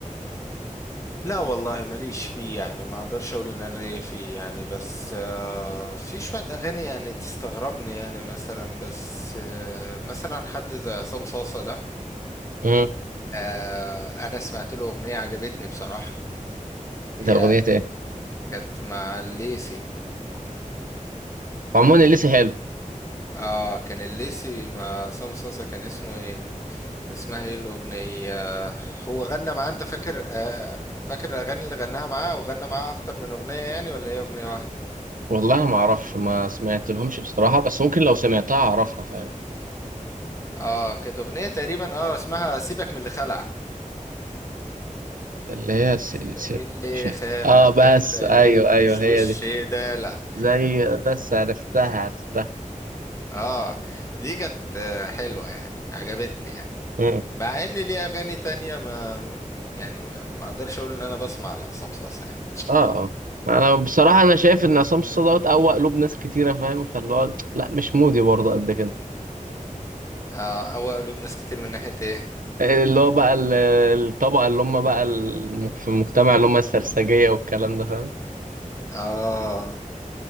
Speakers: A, on the left; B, on the right.
A: لا والله ماليش فيه يعني ما اقدرش اقول ان انا ليا فيه يعني بس آه في شوية اغاني يعني تستغربني يعني مثلا بس آه مثلا حد زي عصام صاصة ده
B: امم
A: آه انا سمعت له اغنية عجبتني بصراحة يعني
B: ده اغنيه ايه
A: كانت مع الليسي
B: عموما اللي لسه حلو
A: اه كان الليسي مع عصام صاصة كان اسمه ايه اسمها ايه الاغنيه هو غنى معاه انت فاكر آه، فاكر الاغاني اللي غناها معاه او غنى معاه اكتر من اغنيه يعني ولا هي اغنيه واحده
B: والله ما اعرفش ما سمعت لهمش بصراحة بس ممكن لو سمعتها اعرفها فاهم
A: اه كانت اغنيه تقريبا اه اسمها سيبك من اللي خلع
B: اللي هي س...
A: سيبك
B: س...
A: اللي
B: مش عارف.
A: خلع
B: اه
A: كان
B: بس
A: فاري
B: ايوه
A: ومش
B: ايوه هي
A: وش
B: دي
A: دلع
B: زي بس عرفتها عرفتها
A: اه دي كانت آه، حلوه يعني عجبتني يعني
B: مم.
A: مع ان ليه اغاني تانية ما يعني ما اقدرش اقول ان انا بسمع لعصام صاصا يعني
B: اه اه انا بصراحة انا شايف ان عصام صاصا دوت اقوى قلوب ناس كتيرة فاهم فاللي هو لا مش مودي برضه قد كده
A: اه او قلوب ناس كتير من ناحيه ايه
B: اللي هو بقى ال- الطبقة اللي هم بقى الم- في المجتمع اللي هم السرسجية والكلام ده فاهم
A: اه